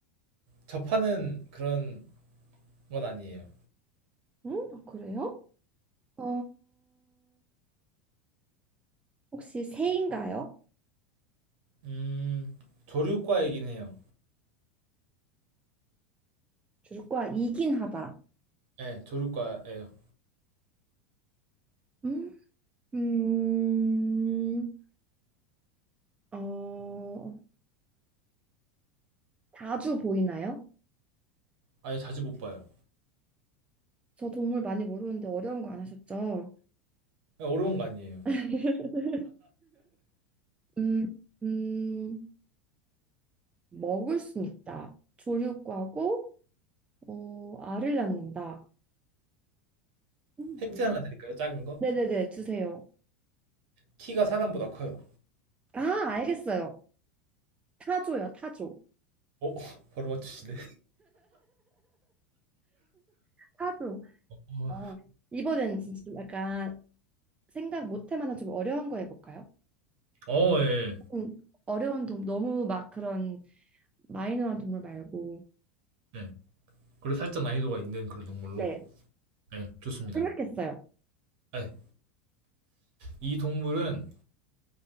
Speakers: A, on the right (about 55°); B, on the right (about 20°).
A: 접하는 그런 건 아니에요.
B: 응? 아, 그래요? 어, 혹시 새인가요?
A: 음, 조류과이긴 해요.
B: 줄과 이긴 하다.
A: 네, 조류과예요.
B: 음, 음, 어, 자주 보이나요?
A: 아니, 자주 못 봐요.
B: 저 동물 많이 모르는데 어려운 거 안 하셨죠?
A: 네, 어려운 거 아니에요.
B: <laughs> 음, 음, 먹을 수 있다. 조류과고, 어, 알을 낳는다. 음.
A: 힌트 하나 드릴까요? 작은 거?
B: 네네네, 주세요.
A: 키가 사람보다 커요.
B: 아, 알겠어요. 타조요, 타조.
A: 어? <laughs> 바로 맞추시네.
B: 타조.
A: 어,
B: 아, 이번엔 진짜 좀 약간 생각 못할 만한 좀 어려운 거 해볼까요?
A: 어, 예,
B: 음, 어려운 동물, 너무 막 그런 마이너한 동물 말고.
A: 예. 네. 그래서 살짝 난이도가 있는 그런 동물로.
B: 네,
A: 예, 좋습니다.
B: 생각했어요.
A: 아, 예. 이 동물은